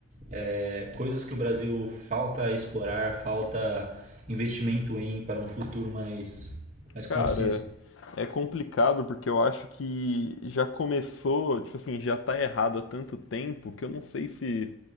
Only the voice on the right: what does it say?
É, coisas que o Brasil falta explorar, falta investimento em para um futuro mais mais conciso.